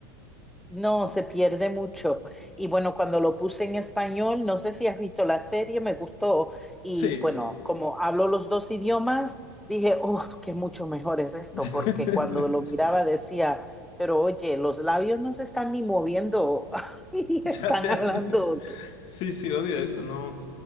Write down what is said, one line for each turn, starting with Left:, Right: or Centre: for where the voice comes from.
Centre: No, se pierde mucho. Y bueno, cuando lo puse en español, no sé si has visto la serie, me gustó. Y
Left: Sí.
Centre: bueno, como hablo los dos idiomas, dije, oh, qué mucho mejor es esto,
Left: <laughs>
Centre: porque cuando lo miraba decía, pero oye, los labios no se están ni moviendo <laughs> y
Left: Ya,
Centre: están
Left: ya.
Centre: hablando.
Left: Sí, sí, odio eso, no,